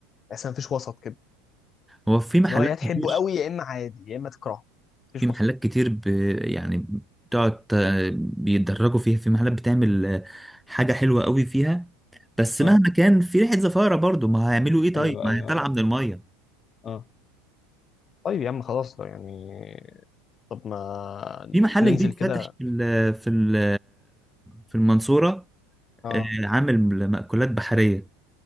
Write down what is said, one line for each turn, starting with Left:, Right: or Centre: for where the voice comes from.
Left: بس ما فيش وسط كده
Centre: هو في محلات
Left: ان هو يا
Centre: كتير
Left: تحبه قوي يا اما عادي يا اما تكرهه مفيش
Centre: في محلات
Left: وسط
Centre: كتير ب... يعني بتقعد آه، بيتدرجوا فيها في محلات بتعمل آه، حاجه حلوه قوي فيها بس
Left: اه
Centre: مهما كان في ريحه زفاره برضو ما هيعملوا ايه طيب
Left: ايوه
Centre: ما
Left: ايوه
Centre: هي طالعه
Left: ايوه
Centre: من الميه
Left: اه طيب يا عم خلاص يعني طب ما
Centre: في محل
Left: ننزل
Centre: جديد فاتح
Left: كده
Centre: في ال في ال في المنصورة
Left: اه
Centre: آه، عامل مأكولات بحرية